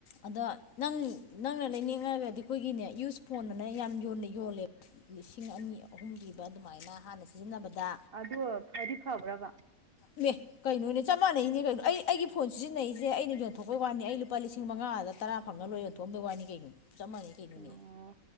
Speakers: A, on the left; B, on the right.
A: ꯑꯗꯨ ꯅꯪ ꯅꯪꯅ ꯂꯩꯅꯤꯡ ꯉꯥꯒꯗꯤ ꯑꯩꯈꯣꯏꯒꯤꯅꯦ ꯌꯨꯁ ꯐꯣꯟꯅꯅ ꯌꯥꯝ ꯌꯣꯟꯅꯩ ꯌꯣꯜꯂꯦ ꯂꯤꯁꯤꯡ ꯑꯅꯤ ꯑꯍꯨꯝ ꯄꯤꯕ ꯑꯗꯨꯃꯥꯏꯅ ꯍꯥꯟꯅ ꯁꯤꯖꯤꯟꯅꯕꯗ
B: ꯑꯗꯨ ꯐꯗꯤ ꯐꯕ꯭ꯔꯕ
A: ꯑꯦ ꯀꯩꯅꯣꯅꯦ ꯆꯞ ꯃꯥꯟꯅꯩꯅꯦ ꯀꯩꯅꯣ ꯑꯩꯒꯤ ꯐꯣꯟ ꯁꯤꯖꯤꯟꯅꯩꯁꯦ ꯑꯩꯅ ꯌꯣꯟꯊꯣꯛꯄꯩ ꯋꯥꯅꯤ ꯑꯩ ꯂꯨꯄꯥ ꯂꯤꯁꯤꯡ ꯃꯉꯥꯗ ꯇꯔꯥ ꯐꯪꯉ ꯂꯣꯏ ꯑꯣꯟꯊꯣꯛꯑꯝꯗꯣꯏ ꯋꯥꯅꯤ ꯀꯩꯅꯣ ꯆꯞ ꯃꯥꯟꯅꯩ ꯀꯩꯅꯣꯅꯦ
B: ꯑꯣ